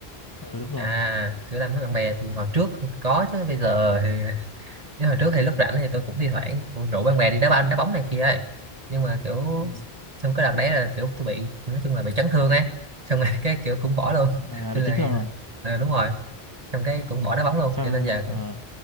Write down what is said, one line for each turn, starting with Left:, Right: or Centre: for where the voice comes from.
Left: ừ đúng rồi
Right: à kiểu làm với bạn bè thì hồi trước thì có chứ bây giờ thì <laughs> chứ hồi trước thì lúc rảnh thì tôi cũng thi thoảng cũng rủ bạn bè đi đá banh đá bóng này kia ấy nhưng mà kiểu
Left: Ừ.
Right: xong cái đợt đấy là kiểu tôi bị nói chung là bị chấn thương ấy xong rồi <laughs> cái kiểu cũng bỏ luôn
Left: à,
Right: nên
Left: bị
Right: là
Left: chấn thương rồi
Right: à, đúng rồi xong cái cũng bỏ đá bóng luôn
Left: Sao
Right: cho nên giờ
Left: ờ,